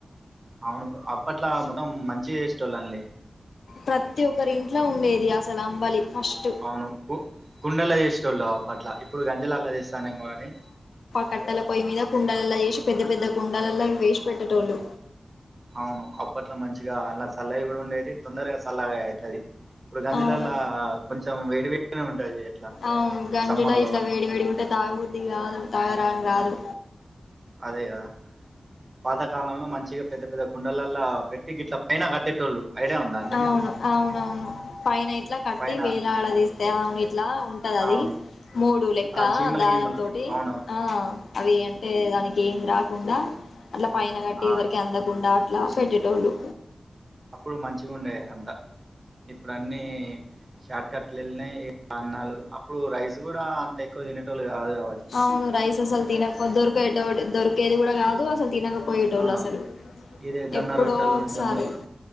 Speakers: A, on the right; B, on the left.
A: అవును అప్పట్లా మొత్తం మంచి చేసేటోల్లండి
B: ప్రతి ఒక్కరి ఇంట్లో ఉండేది అసలు అంబలి ఫస్ట్
A: అవును కు కుండల్ల చేసేటోళ్ళు అప్పట్ల ఇప్పుడు గంజూలల్లా చేస్తున్న రెమోగాని
B: కట్టల పొయి మీద కుండలల్ల చేసి పెద్ద పెద్ద కుండలల్ల వేసి పెట్టేటోళ్ళు
A: అవును అప్పట్లో మంచిగా అలా సల్లవి కూడా ఉండేటియి తొందరగా సల్లగయ్యేది ఇప్పుడు గంజూలల్లా
B: అవును
A: కొంచెం వేడి వేడిగనే ఉంటది ఎట్లా
B: అవును గంజులా
A: సమ్మర్
B: ఇట్లా
A: లో
B: వేడి వేడిగుంటే తాగబద్ది కాదు తాగరానీకి రాదు
A: అదే గదా పాత కాలంలో మంచిగా పెద్ద పెద్ద కుండలల్ల పెట్టి గిట్ల పైన కట్టేటోళ్ళు ఐడియా ఉందా అండి
B: అవును
A: మీకు
B: అవునవును పైన ఇట్లా కట్టి
A: పైన
B: వేలాడదీస్తే అవును ఇట్లా ఉంటది అది
A: అవును
B: మూడు లెక్క
A: ఆ చీమల
B: దారం
A: గీమలు
B: తోటి
A: అవునవును
B: ఆ అవి టె దానికి ఏం రాకుండా అట్లా పైన కట్టి
A: ఆ
B: ఎవరికి
A: చ్-
B: అందకుండా దాసి పెట్టేటోల్లు
A: అప్పుడు మంచిగ ఉండేది అంతా ఇప్పుడు అన్నీ షార్ట్ కట్లు వెల్లినయి ఇగ అన్నాలు అప్పుడు రైస్ కూడా అంత ఎక్కువ తినేటోళ్ళు కాదుగా
B: అవును రైస్ అసలు తినకపో దొరికే దొరికేది కూడా గాదు అసలు తినకపో పోయేటోల్లు
A: ఆ
B: అసలు
A: ఇదే జొన్న
B: ఎప్పుడో
A: రొట్టెలు
B: ఒకసారి
A: జొన్నలు